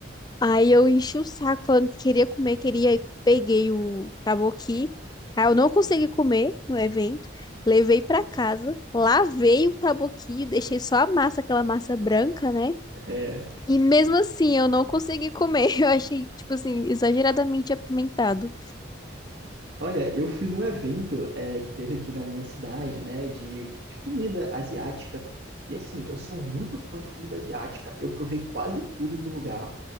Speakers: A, on the left; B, on the right.
A: Aí eu enchi o saco falando que queria comer, queria, aí peguei o taboqui. Aí eu não consegui comer no evento, levei pra casa, lavei o taboqui, deixei só a massa, aquela massa branca, né?
B: É,
A: E mesmo assim eu não consegui comer. <laughs> Eu achei, tipo assim, exageradamente apimentado.
B: olha, eu fui num evento é, que teve aqui na minha cidade, né, de, de comida asiática. E assim, eu sou muito fã de comida asiática. Eu provei quase tudo do lugar.